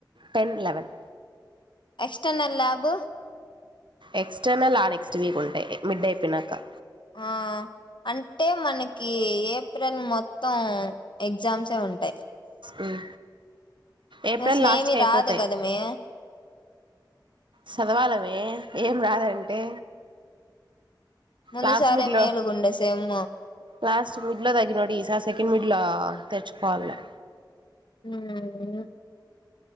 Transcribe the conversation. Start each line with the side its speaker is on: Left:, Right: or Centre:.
Right: ten eleven
Left: external lab
Right: external ఆ నెక్స్ట్ వీక్ ఉంటాయి మిడ్ అయిపోయినాక
Left: ఆ అంటే మనకి ఏప్రిల్ మొత్తం ఎగ్ ఎగ్జామ్సే ఉంటాయి
Right: ఉం ఏప్రిల్
Left: అసలు
Right: లాస్ట్కి
Left: ఏమి
Right: అయిపోతాయి
Left: రాదు కదా మే
Right: చదవాలమే ఏం రాదంటే
Left: ముందుసారే
Right: లాస్ట్ మిడ్లో
Left: మేలుగుండే సేమ్
Right: లాస్ట్ మిడ్లో దగ్గినోడి ఇ సారి సెకండ్ మిడ్లో తెచ్చుకోల్లా
Left: ఆ <unintelligible>